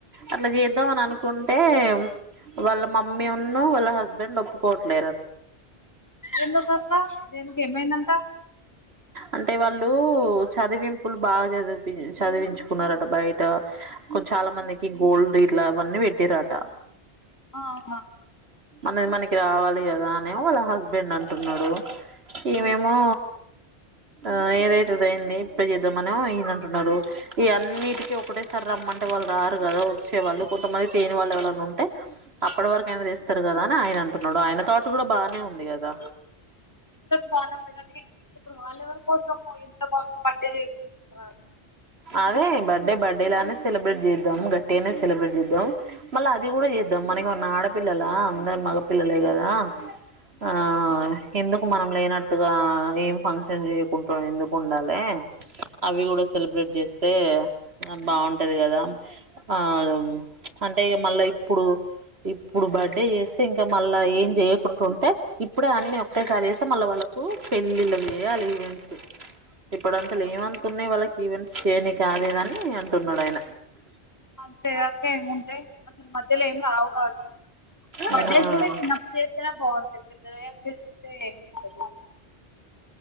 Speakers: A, on the right; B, on the left.
A: అట్లా చేద్దాం అని అనుకుంటే వాళ్ళ మమ్మీ ఉన్న వాళ్ళ హస్బెండ్ ఓపుకోవట్ల
B: ఎందుక వస్తా దేనికి ఏమైందంట
A: అంటే వాళ్ళు చదివింపులు బాగా చది చదివించుకున్నారట బయట కొం చాలా మందికి గోల్డ్ ఇట్లా అవన్నీ పెట్టరాట
B: అవునా
A: మనది మనకి రావాలి కదా అనే వాళ్ళ హస్బెండ్ అంటున్నాడు ఈమేమో
B: ఉమ్
A: ఆ ఏదైతేద అయింది ఇప్పుడు చేద్దామని అంటూనంటున్నారు ఈ అన్నిటికీ ఒకటే సారి రమ్మంటే వాళ్ళు రారు కదా వచ్చే వాళ్ళు కొంతమంది తేన వాళ్ళు ఎవన్నా ఉంటే అప్పటి వరకు అయినా తెస్తారు కదా అని ఆయన అంటున్నారు డు ఆయన తాట్ కూడా బాగానే ఉంది కదా
B: బాగునే ఉంది కానీ ఇప్పుడు వాళ్ళెవరి కోసము ఇంత బాబు బర్డీ చేయకుండాంటారా అ
A: అదే బర్త్డే బర్త్డే లానే సెలబ్రేట్ చేద్దాం గట్టి అనే సెలబ్రేట్ చేద్దాం మళ్ళీ అది కూడా ఇద్ద మనకి ఉన్న ఆడపిల్లలా అందరు మగ పిల్లలే కదా ఆ ఎందుకు మనం లేనట్టుగా ఏం ఫంక్షన్ చేయకుంటు ఎందుకు ఉండాలి అవి కూడా సెలబ్రేట్ చేస్తే బాగుంటది కదా ఆ అంటే ఇక మళ్ళా ఇప్పుడు ఇప్పుడు బర్త్డే చేస్తే ఇంకా మళ్ళా ఏం చేయకుంంటడా ఉంటే ఇప్పుడే అన్నిీ ఒకటేసారి చేస్తే మళ్ళా వాళ్ళ కు పెళ్ళిళ్ళ చేయాలి ఈవెంట్స్ ఇప్పుడు అంతలో
B: ఆ,
A: ఏమంతతు ఉన్నాయి వాళ్ళకి ఈవెంట్స్ చేయని కాదుదని అంటున్నాడు ఆయన
B: అంతేకాక ఏముంటేయి అసలు మధ్యలో ఏం రావు కావచ్చు క
A: ఆ
B: బర్డేస్ కూడా చిన్నప్పుడు చేస్తేనే బాగుంటాయి పెద్ద అయ్యాక ఏంటంది